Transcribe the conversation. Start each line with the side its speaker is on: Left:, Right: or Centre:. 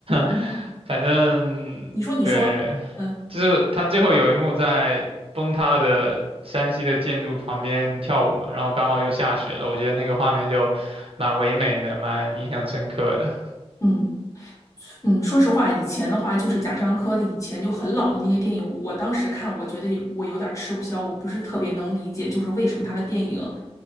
Right: <laughs>
Left: 嗯，
Right: 反正对，
Left: 你说你说，嗯
Right: 就是他最后有一幕在崩塌的山西的建筑旁边跳舞嘛，然后刚好又下雪了，我觉得那个画面就蛮唯美的，蛮印象深刻的。
Left: 嗯。嗯，说实话，以前的话就是贾樟柯的以前就很老的那些电影，我当时看，我觉得我有点儿吃不消，我不是特别能理解，就是为什么他的电影，